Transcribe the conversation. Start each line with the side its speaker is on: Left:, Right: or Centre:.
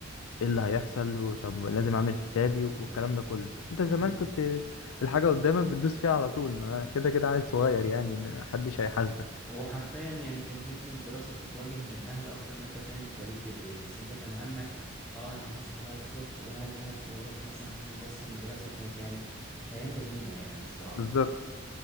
Left: ايه اللي هيحصل وطب لازم اعمل حسابي والكلام ده كله انت زمان
Centre: مم.
Left: كنت الحاجة قدامك بتدوس فيها على طول ما كده كده عيل صغير يعني ما حدش هيحاسبك
Centre: وحرفيا يعني كانت يمكن الدراسة بتتوجه من الأهل أكتر ما أنت فاهم أنت ليه بتدرس بس أنت كان همك أه أنا هصحى بقى الصبح وهجهز وأروح مثلا عشان أبص المدرسة وكانت يعني كانت أيام جميلة يعني الصراحة
Left: بالظبط